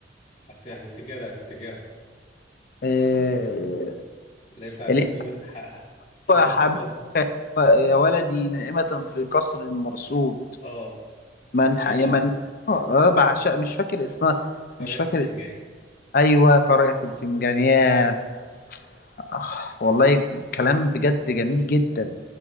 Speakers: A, on the left; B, on the left.
A: هتفت- هتفتكرها هتفتكرها
B: افتكر
A: اللي هي بتاعت
B: اللي
A: حبيبه ح- حبيبة
B: هو حبيبك
A: قلبي
B: يا ولدي نائمة في قصر مرصود
A: اه
B: من
A: اسمها
B: ح...
A: ايه
B: يا
A: بقى
B: من اه آه، بعشق مش فاكر اسمها
A: قارئة
B: مش فاكر
A: الفنجان
B: اسمها. ايوه قارئة الفنجان ياه آه، والله كلام بجد جميل جدا